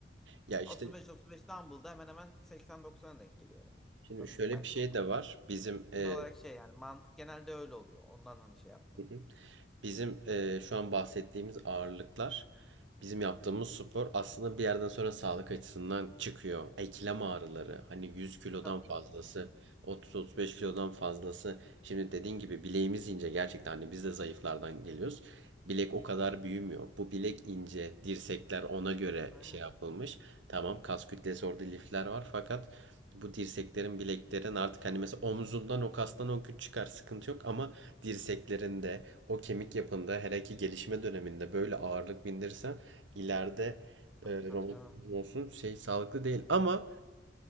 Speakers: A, on the right; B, in the centre.
A: Ya işte
B: 35-35 dumbbell'da hemen hemen 80-90'a denk geliyor herhalde.
A: şimdi
B: Zaten
A: şöyle
B: baktım.
A: bir şey de var. Bizim e,
B: Fil olarak şey yani mantık genelde öyle oluyor. Ondan hani şey yaptım.
A: hı hı. Bizim eee, şu an bahsettiğimiz ağırlıklar, bizim yaptığımız spor aslında bir yerden sonra sağlık açısından çıkıyor. Eklem ağrıları, hani 100 kilodan
B: Tabii
A: fazlası,
B: tabii kanka.
A: 30-35 kilodan fazlası. Şimdi dediğin gibi bileğimiz ince gerçekten hani biz de zayıflardan geliyoruz. Bilek o kadar büyümüyor. Bu bilek ince, dirsekler ona göre
B: Aynen.
A: şey yapılmış. Tamam kas kütlesi orada lifler var fakat bu dirseklerin, bileklerin artık hani mesela omzundan o kastan o güç çıkar sıkıntı yok ama dirseklerinde o kemik yapında hele ki gelişme döneminde böyle ağırlık bindirirsen ileride
B: Ta-
A: e,
B: tabii
A: romatizma
B: canım.
A: olsun şey sağlıklı değil ama